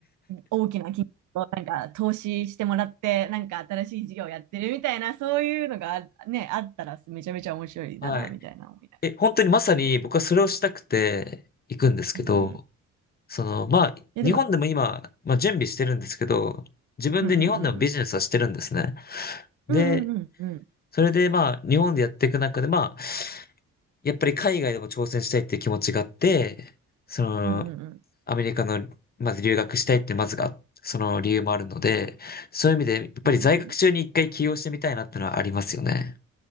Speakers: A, on the right; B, on the left.
A: 大きな金額をなんか投資してもらって、なんか新しい事業やってるみたいな、そういうのがあね、あったらめちゃめちゃ面白いな、
B: はい。
A: みたいな思いながら。
B: え、本当にまさに僕はそれをしたくて行くんですけど、
A: そうそう。うん。い
B: その、まあ、
A: や、
B: 日本でも今、
A: でも、
B: まあ準備してるんですけど、自分で日本でもビジネスはしてるんですね。
A: うんうんうんうん。
B: で、
A: うんうんうんうん。
B: それでまあ、日本でやっていく中で、まあ、やっぱり海外でも挑戦したいっていう気持ちがあって、その、
A: うんうんうん。
B: アメリカの、まず留学したいってまずが、その理由もあるので、そういう意味で、やっぱり在学中に一回起業してみたいなってのはありますよね。
A: うんうんうん